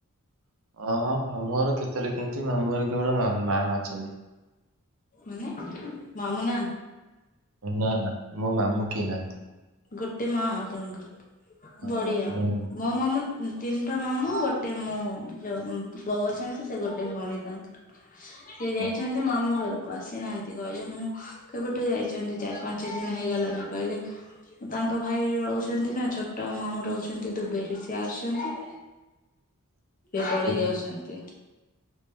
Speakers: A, on the right (about 65°); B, on the left (about 35°).
A: ଓହୋ ମାମୁଁ ଘର କେତେବେଳେ କେମିତି ମାମୁଁ ଘରେ କେବଳ ମା ମା ଅଛନ୍ତି।
B: ମାନେ ମାମୁଁ ନାହାଁ
A: ଏ ନା ନା ମୋ ମାମୁଁ କିଏ ନାହାଁନ୍ତି।
B: ଗୋଟେ ମା ଆପଣଙ୍କର
A: ହଁ
B: ବଡ଼ିଆ।
A: ମାନେ
B: ମୋ ମାମୁଁ ତିନିଟା ମାମୁଁ ଗୋଟେ ମୋ ଯୋଉ ବୋଉ ଅଛନ୍ତି ସେ ଗୋଟେ ଭଉଣୀ ତାଙ୍କର,। ସେ ଯାଇଛନ୍ତି
A: ତାଙ୍କୁ-
B: ମାମୁଁ ଘରୁ ଆସିନାହାଁନ୍ତି କହିଲେ ମୁଁ କେବେଠୁ ଯାଇଛନ୍ତି ଚାରି ପାଞ୍ଚ ଦିନି ହେଇଗଲାଣି କହିଲେ ତାଙ୍କ ଭାଇ ରହୁଛନ୍ତି ନା ଛୋଟ ମାମୁଁ ରହୁଛନ୍ତି ଦୁବେଇରେ ସିଏ ଆସୁଛନ୍ତି ସେଏ ପଳେଇ
A: ହୁଁ
B: ଯାଉଛନ୍ତି।